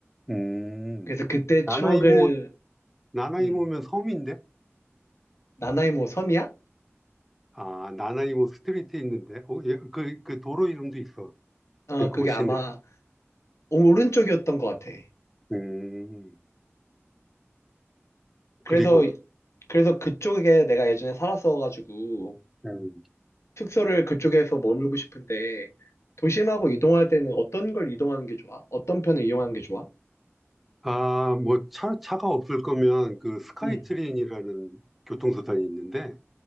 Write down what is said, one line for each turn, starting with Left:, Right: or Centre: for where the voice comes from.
Centre: 음,
Left: 그래서 그때
Centre: 나나이모,
Left: 추억을,
Centre: 나나이모면
Left: 음,
Centre: 섬인데?
Left: 나나이모 섬이야?
Centre: 아, 나나이모 스트리트 있는데? 어, 예, 그, 그 도로 이름도 있어.
Left: 어,
Centre: 밴쿠버
Left: 그게
Centre: 시내.
Left: 아마 오른쪽이었던 것 같아.
Centre: 음,
Left: 그래서,
Centre: 그리고,
Left: 그래서 그쪽에 내가 예전에 살았어가지고,
Centre: 음,
Left: 숙소를 그쪽에서 머물고 싶은데, 도심하고 이동할 때는 어떤 걸 이동하는 게 좋아? 어떤 편을 이용하는 게 좋아?
Centre: 아, 뭐, 차, 차가 없을 거면 그 스카이트레인이라는
Left: 응,
Centre: 교통수단이 있는데,